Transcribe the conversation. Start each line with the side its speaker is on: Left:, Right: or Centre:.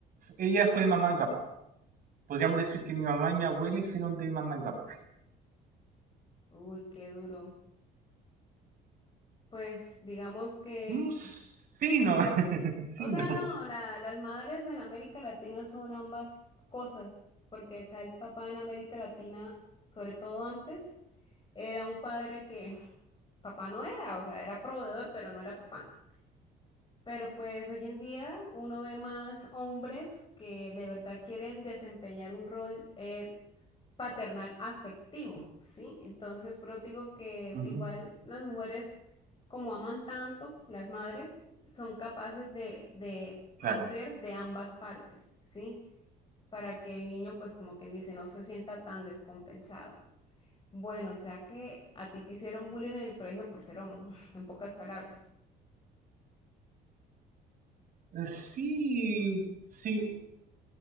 Right: Ella fue mamá y papá. Podríamos decir que mi mamá y mi abuela hicieron de mamá y papá.
Left: Uy, qué duro. Pues digamos que,
Right: Mm, s- sí, no. <laughs> sí,
Left: o sea,
Right: no.
Left: no, la- las madres en América Latina son ambas cosas, porque acá el papá en América Latina, sobre todo antes, era un padre que <laughs> papá no era, o sea, era proveedor, pero no era papá. Pero pues hoy en día uno ve más hombres que de verdad quieren desempeñar un rol eh, paternal afectivo, ¿sí? Entonces, pero digo que
Right: Ujú,
Left: igual las mujeres, como aman tanto, las madres, son capaces de, de
Right: claro.
Left: hacer de ambas partes, ¿sí? Para que el niño, pues como quien dice, no se sienta tan descompensado. Bueno, o sea que a ti te hicieron bullying en el colegio por ser homo, <laughs> en pocas palabras.
Right: Eh, Sí, sí.